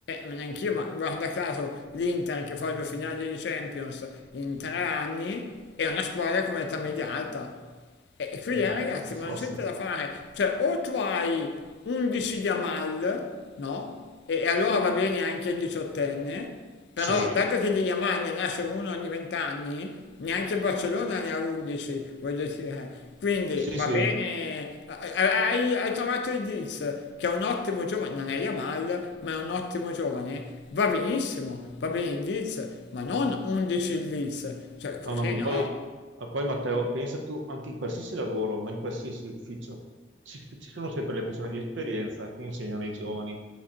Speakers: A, on the left; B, on the right.
A: neanche io, ma guarda caso l'Inter che fa due finali di Champions in tre anni è una squadra con età media alta. E e quindi
B: eh,
A: eh, ragazzi,
B: ma per
A: ma
B: forza.
A: non c'è niente da fare. Cioè, o tu hai 11 di Amal, no? E, e allora va bene anche il diciottenne, Però
B: Sì,
A: dato che di Yamal ne nasce uno ogni vent'anni, neanche Barcellona ne ha 11, voglio dire. Quindi
B: sì,
A: va
B: sì.
A: bene, hai, hai trovato il Diz, che è un ottimo giovane, non è Yamal, ma è un ottimo giovane. Va benissimo, va bene il Diz, ma non 11 il Diz, cioè così
B: No, no, ma
A: no.
B: poi, ma poi, Matteo, pensa tu, anche in qualsiasi lavoro, ma in qualsiasi ufficio, ci, ci sono sempre le persone di esperienza che insegnano ai giovani.